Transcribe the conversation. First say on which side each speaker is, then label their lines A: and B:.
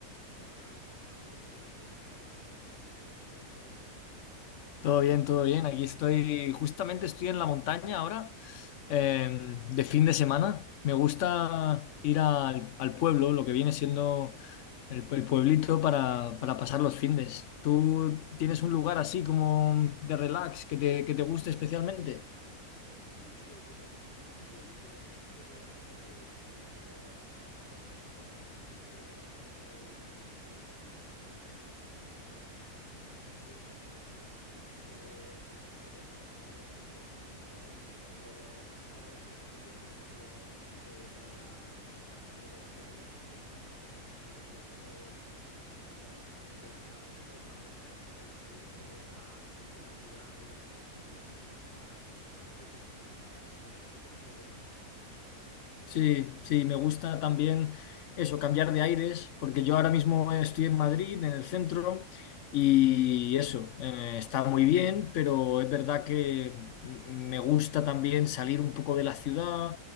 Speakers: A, on the left; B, on the left.
A: ¿Qué tal? ¿Cómo estamos, tío? Hacía que no hablábamos. Cuéntame, ¿qué tal te va todo?
B: Todo bien, todo bien. Aquí estoy, justamente estoy en la montaña ahora, eh, de fin de semana. Me gusta ir al, al pueblo, lo que viene siendo el, el pueblito para, para pasar los findes. ¿Tú tienes un lugar así como de relax que te, que te guste especialmente?
A: Sí, tío, yo también, no es un pueblito, es más rollo la playa y tal, pero ahora en época como preverano que, que aún no hay tanta gente, la verdad que está genial. Lo único que este fin de semana eh, tenía algo de más de jaleo por aquí por casa y me he quedado, pero mis padres y la familia sí que se han ido eh, para la, como la casa un poco de la playa a pasar el fin de semana ahí al sol y disfrutar. Pero sí, no, te entiendo totalmente. El salir un poco de la, de la ciudad y de tu rutina el fin de semana hace que el fin de semana como que lo disfrutes un poco más, ¿no?
B: Sí, sí, me gusta también eso, cambiar de aires, porque yo ahora mismo estoy en Madrid, en el centro, y eso, eh, está muy bien, pero es verdad que m- me gusta también salir un poco de la ciudad,